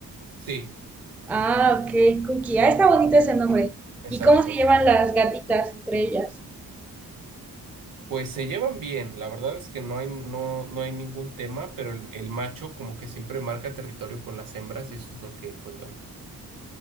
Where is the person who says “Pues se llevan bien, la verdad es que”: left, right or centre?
Right